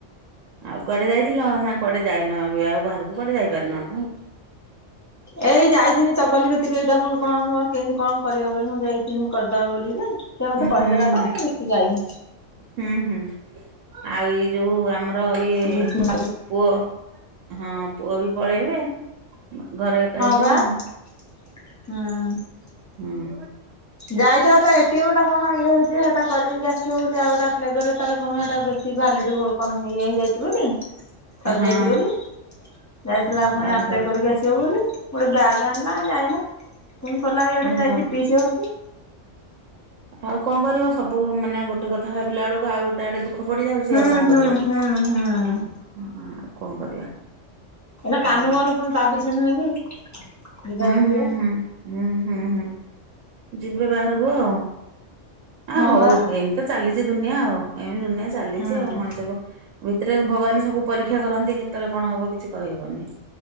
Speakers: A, on the right; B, on the left.
A: ଆଉ କୁଆଡେ ଯାଇଥିଲ ନା କଆଡେ ଯାଇନ ଏବେ ଆଉ ବାହାରକୁ କୁଆଡେ ଯାଇପାରିନ ନା
B: ଏଇ ଯାଇଥିନି ଚଗଲି କତିକି ଏଇ ତାକୁ କଣ ମୋର କେମିତି କଣ କରିବ ବୋଲି ମୁଁ ଯାଇଥିଲି କରିଦବ ବୋଲିକି ସିଏ ଯେ ମତେ
A: ଉଁ
B: କହିଦେଲା
A: ହୁଁ
B: ତ
A: ହୁଁ
B: ଦେଖି ଯାଇନି
A: ହୁଁ ହୁଁ ଆଉ ଏଇ ଯୋଉ ଆମର ଇଏ
B: ବୁଝିନି
A: ପୁଅ ହଁ ପୁଅ ବି ପଳେଇବେ ଘରେ ଏକା ହେଇଯିବ
B: ବା
A: ଆଉ।
B: ହଁ।
A: ହୁଁ।
B: ଯାଇଥିଲା ତା ଏଟି ଏମ୍ ଟା କଣ ଇଏ ହେଇଛି ଯେ ହେଟା କରକି ଆସିବ ବୋଲି ଆଉ ଗୋଟେ ଆପ୍ଲାଏ କରିବ ତାର କଣ ହେଟା ବେଶୀ ଭ୍ୟାଲିଡ କମ ଇଏ ହେଇଯାଇଛି ବୋଲି ସରିଯାଇଛି
A: ହଁ
B: ବୋଲି ଯାଇଥିଲା ପୁଣି
A: ଓହୋ।
B: ଆପ୍ଲାଏ କରିକି ଆସିବ ବୋଲି ଗୋଟେ ବ୍ୟାଗ ଆଣିଲା ଆଇଲା। ପୁଣି ଗଲା ଇଆଡେ
A: ଓହୋ
B: ଯାଇଛି ପିଇସି ଘରକୁ।
A: ଆଉ କଣ କରିବ ସବୁ ମାନେ ଗୋଟେ କଥା ଭାବିଲା ବେଳକୁ ଆଉ ଗୋଟେ ଗୋଟେ ଆଡେ ଦୁଃଖ ପଡିଯାଉଛି
B: ହୁଁ
A: ଆଉ କଣ
B: ହୁଁ
A: କରିବ
B: ହୁଁ ହୁଁ ଏଇନା
A: ହଁ ଆଉ କଣ କରିବା।
B: ଏ ନା
A: ହୁଁ
B: କାନୁ କାନୁ ପୁଣି ତା ପିଛା ନୁହେଁ କି? ଯିବା
A: ହୁଁ
B: ହୁଏ
A: ହୁଁ ହୁଁ ହୁଁ ହୁଁ ହୁଁ ଯିବେ ବାହାରକୁ ଆଉ। ଆ
B: ହଁ
A: ହଉ
B: ବା
A: ଏମିତି ତ ଚାଲିଛି ଦୁନିଆ ଆଉ ଏମତି ଦୁନିଆ ଚାଲିଛି
B: ହୁଁ
A: ଆଉ ମଣିଷ ଭିତରେ ଭଗବାନ ସବୁ ପରୀକ୍ଷା କରନ୍ତି କେତେବେଳେ କଣ ହବ କିଛି କହିହବନି।